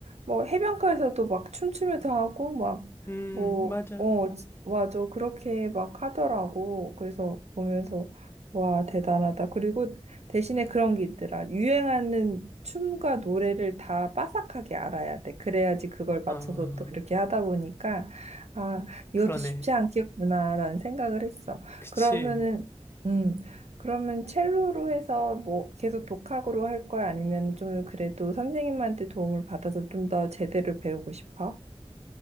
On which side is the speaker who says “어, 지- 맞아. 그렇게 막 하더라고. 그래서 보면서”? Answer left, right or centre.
Right